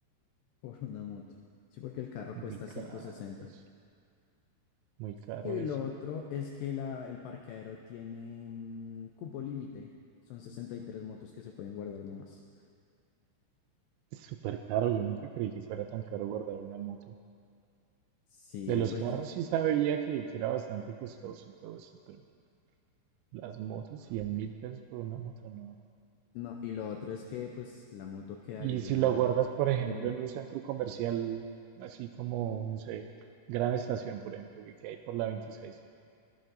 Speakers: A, on the left; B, on the right.
A: <laughs> por una moto. Sí, porque el carro
B: Muy
A: cuesta
B: caro,
A: ciento sesenta.
B: pues, muy caro
A: Y
B: eso.
A: lo otro es que la, el parqueadero tiene mm, cupo límite. Son 63 motos que se pueden guardar nomás.
B: Es súper caro, yo nunca creí que fuera tan caro guardar una moto.
A: Sí,
B: De los
A: pues
B: carros sí sabía que, que era bastante costoso y todo eso, pero las motos, cien mil pesos por una moto, no.
A: No, y lo otro es que pues la moto quedaría
B: Y si lo guardas, por
A: al
B: ejemplo,
A: aire libre.
B: en un centro comercial, así como, no sé, Gran Estación, por ejemplo, que, que hay por la veintiséis.